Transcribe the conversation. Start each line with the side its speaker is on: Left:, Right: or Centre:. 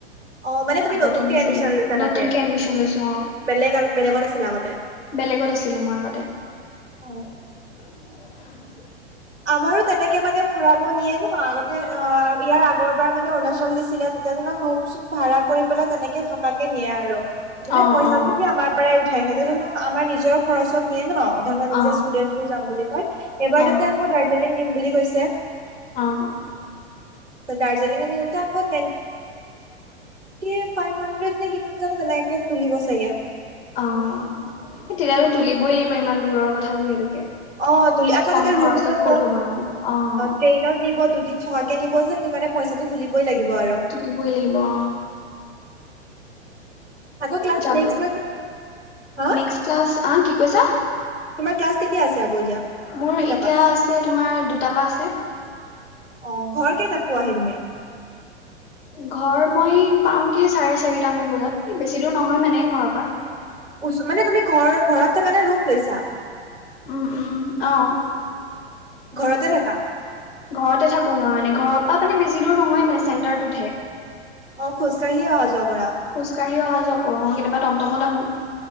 Right: অ মানে তুমি
Left: আগতে
Right: নতুনকে
Left: নিছিলে।
Right: এডমিশন লৈছা
Left: নতুনকে
Right: তাতে
Left: এডমিচন লৈছো। অ'।
Right: বেলেগ বেলেগত আছিলা আগতে
Left: বেলেগত আছিলোঁ মই আগতে।
Right: অ
Left: <inaudible>
Right: আমাৰো তেনেকে মানে ফুৰাব নিয়ে ন! আগতে অ', ইয়াৰ আগৰবাৰ মানে অৰুণাচল নিছিলে, ত তেনেকোৱা ৰুম-চুম ভাড়া কৰি পেলাই তেনেকে থকাকে নিয়ে আৰু, মানে
Left: অ
Right: পইচা-পাতি
Left: অ
Right: আমাৰ পৰাই উঠা য়, সেইটো জানো আমাৰ নিজৰ খৰচত নিয়ে ন, ধৰি লোৱা, নিজে
Left: অ',
Right: ষ্টুডেন্ট বোৰ যাম বুলি কয়, এবাৰ
Left: অ',
Right: তাতে আ ত', দাৰ্জিলিং নিম বুলি কৈছে।
Left: অ'।
Right: তে দাৰ্জিলিংত নিওঁতে আকৌ <unintelligible> কী ফাইভ হান্দ্ৰেড নে কিমান জানো তেনেকে খুলিব চাগে?
Left: অ', এ তেতিয়া লৈ তুলিবই লাগিব ইমান দূৰৰ কথা যিহেতুকে।
Right: অ', তুলি আকৌ
Left: কম
Right: তাতে
Left: খৰচত
Right: ৰুমো ল'ব
Left: ক'ত
Right: অ',
Left: হ'ব নো অ',
Right: ট্ৰেইনত নিব দুদিন থকা কে নিব যে সেইটো কাৰণে পইচাটো তুলিবই লাগিব আৰু।
Left: দিবই লাগিব অ'।
Right: আকৌ ক্লাছ
Left: যাব,
Right: নেক্সট হা
Left: নেক্সট ক্লাছ আ কি কৈছা?
Right: তোমাৰ ক্লাছ কেতিয়া আছে আকৌ এতিয়া?
Left: মোৰ
Right: কেইটাৰ
Left: এতিয়া
Right: পৰা
Left: আছে তোমাৰ দুটা পা আছে।
Right: অ', ঘৰ কেইতাত পোৱাহি তুমি? <inaudible>
Left: ঘৰ মই পাওঁগে চাৰে চাৰিটা মান বজাত এ, বেছি দূৰ নহয় মানে ঘৰৰ পৰা।
Right: উচ মানে তুমি ঘৰ-ঘৰত থাকা নে ৰুম লৈছা?
Left: উম, উম, অ'।
Right: ঘৰতে থাকা?
Left: ঘৰতে থাকো মই মানে ঘৰৰ পৰা মানে বেছি দূৰ নহয় মানে, চেণ্টাৰটোতহে।
Right: অ', খোজকাঢ়ি অহা যোৱা কৰা?
Left: খোজ কাঢ়ি অহা যোৱা কৰো অ', কেতিয়াবা টমটমত আহো,